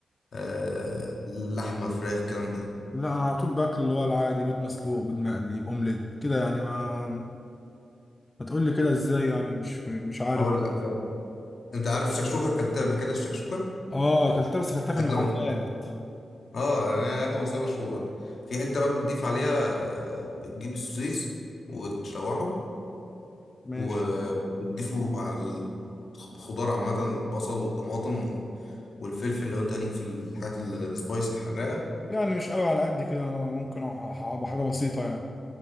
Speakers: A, on the left (about 55°); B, on the left (about 20°).
A: آه، لحمة فراخ الكلام ده
B: لا انا على طول باكل اللي هو العادي بيض مسلوق بيض مقلي اومليت كده يعني ما ما تقول لي كده ازاي يعني مش مش عارف
A: هقول لك يعني. أنت عارف الشكشوكة أكلتها قبل كده الشكشوكة
B: اه اكلتها بس اكلتها في
A: أكلة
B: المحلات
A: مصرية اه يعني هي أكلة مصرية مشهورة في حتة بقى بتضيف عليها آه، بتجيب السوسيس وتشوحه
B: ماشي
A: وبتضيفه مع الخضار عامة البصل والطماطم وال- والفلفل لو انت ليك في الحاجات السبايس الحراقة
B: يعني مش قوي على قد كده ممكن ابقى حاجه بسيطه يعني